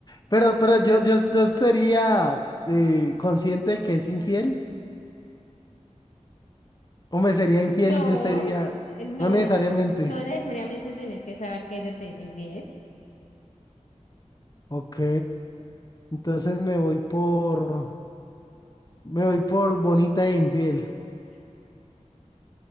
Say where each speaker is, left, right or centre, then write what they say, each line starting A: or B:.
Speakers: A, on the left; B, on the left.
A: Pero, pero yo, yo, yo sería eh, consciente de que es infiel, o me sería infiel
B: No,
A: y yo sería,
B: eh, no,
A: no necesariamente.
B: no necesariamente tenés que saber que ella te es infiel.
A: Ok, entonces me voy por, me voy por bonita e infiel.